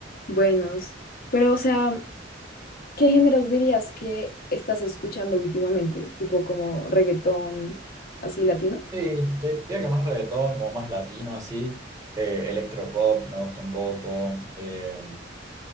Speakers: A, on the left; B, on the right.
A: buenos. Pero, o sea, ¿qué géneros dirías que estás escuchando últimamente? Tipo como reggaetón, así latino.
B: Sí, te diría que más reggaetón, como más latino así. Eh, electropop me gusta un poco. Em,